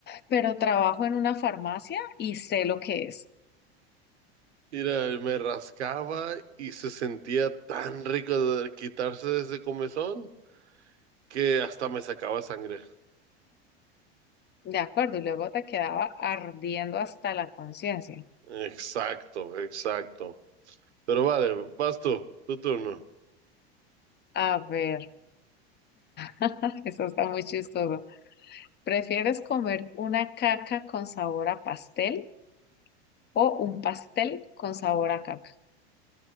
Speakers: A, on the left (about 30°); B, on the right (about 85°).
A: pero trabajo en una farmacia y sé lo que es.
B: Mira, me rascaba y se sentía tan rico de quitarse de ese comezón que hasta me sacaba sangre.
A: De acuerdo, y luego te quedaba ardiendo hasta la conciencia.
B: Exacto, exacto. Pero vale, vas tú, tu turno.
A: A ver, <laughs> eso está muy chistoso. ¿Prefieres comer una caca con sabor a pastel o un pastel con sabor a caca?